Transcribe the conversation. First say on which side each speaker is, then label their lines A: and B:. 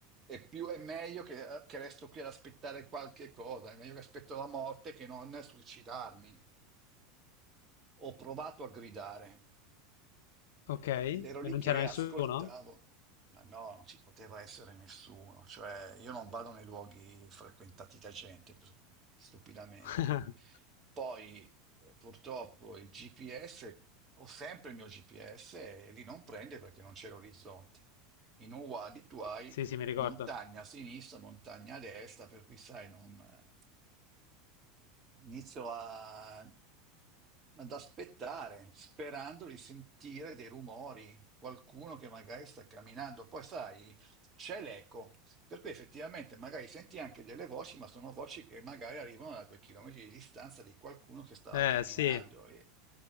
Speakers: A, on the right (about 30°); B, on the left (about 60°).
A: è più, è meglio che, che resto qui ad aspettare qualche cosa, è meglio che aspetto la morte che non suicidarmi. Ho provato a gridare.
B: ok. E
A: Ed ero lì
B: non
A: che
B: c'era nessuno?
A: ascoltavo, ma no, non ci poteva essere nessuno, cioè io non vado nei luoghi frequentati da gente, per- stupidamente.
B: <laughs>
A: Poi eh, purtroppo il GPS, ho sempre il mio GPS e lì non prende perché non c'è l'orizzonte. In Uwadi tu hai
B: Sì, sì, mi ricordo.
A: montagna a sinistra, montagna a destra, per cui sai, non... eh, Inizio a- ad aspettare, sperando di sentire dei rumori, qualcuno che magari sta camminando. Poi sai, c'è l'eco, per cui effettivamente magari senti anche delle voci, ma sono voci che magari arrivano a due chilometri di distanza di qualcuno che stava
B: Eh,
A: camminando
B: sì.
A: lì.